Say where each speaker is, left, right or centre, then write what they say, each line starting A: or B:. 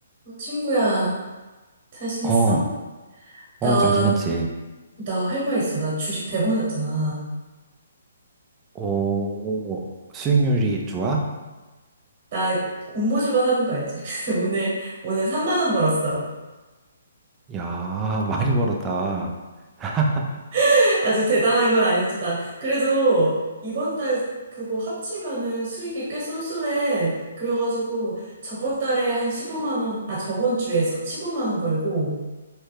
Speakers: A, on the right; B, on the right.
A: 어, 친구야, 잘 지냈어?
B: 어, 어,
A: 나,
B: 잘 지냈지?
A: 나 할 말 있어. 나 주식 대박 났잖아.
B: 오, 수익률이 좋아?
A: 나 공모주만 하는 거 알지? <laughs> 그래서 오늘, 오늘 3만 원 벌었어.
B: 야, 많이 벌었다. <laughs>
A: <laughs> 아주 대단한 건 아니었지. 나, 그래도 이번 달 그거 합치면은 수익이 꽤 쏠쏠해. 그래가지고 저번 달에 한 15만 원, 아, 저번 주에 서- 15만 원 벌고,